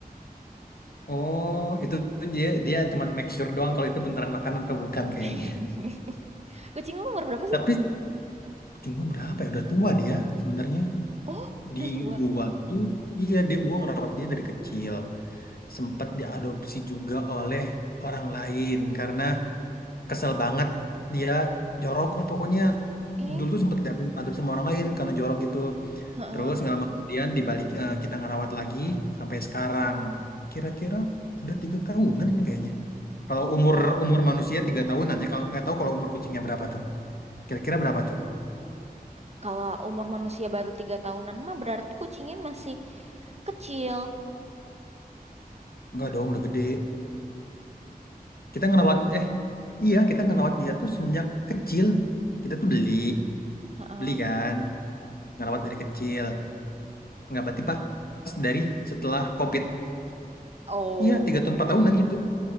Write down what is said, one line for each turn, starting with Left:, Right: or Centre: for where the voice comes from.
Left: Oh, itu tuh dia dia cuman make sure doang kalau itu beneran makanan atau bukan kayaknya.
Right: <laughs> Kucing lu umur berapa sih?
Left: Tapi kucing gua berapa ya? Udah tua dia sebenarnya.
Right: Oh, udah
Left: Di
Right: tua.
Left: gua tuh iya dia gua ngerawat dia dari kecil. Sempet diadopsi juga oleh orang lain karena kesel banget dia jorok lah pokoknya
Right: Ih,
Left: dulu tuh sempet diadu- adu sama orang lain karena jorok gitu
Right: heeh.
Left: terus nggak lama kemudian dibalik eh, kita ngerawat lagi sampai sekarang kira-kira udah tiga tahunan kayaknya kalau
Right: Oh,
Left: umur umur manusia tiga tahunan ya kalau nggak tahu kalau umur kucingnya berapa tuh kira-kira berapa tuh
Right: kalau umur manusia baru tiga tahunan mah berarti kucingnya masih kecil.
Left: nggak dong udah gede kita ngerawat eh iya kita ngerawat dia tuh semenjak kecil kita tuh beli
Right: Heeh.
Left: beli kan ngerawat dari kecil nggak berarti pas pas dari setelah COVID
Right: Oh,
Left: Iya, tiga tahun empat tahunan gitu.